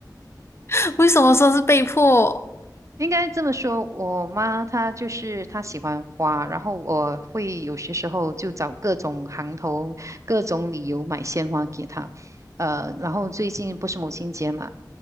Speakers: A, on the left; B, on the right.
A: <laughs> 为什么说是被迫？
B: 应该这么说，我妈她就是她喜欢花，然后我会有些时候就找各种行头、各种理由买鲜花给她。呃，然后最近不是母亲节嘛，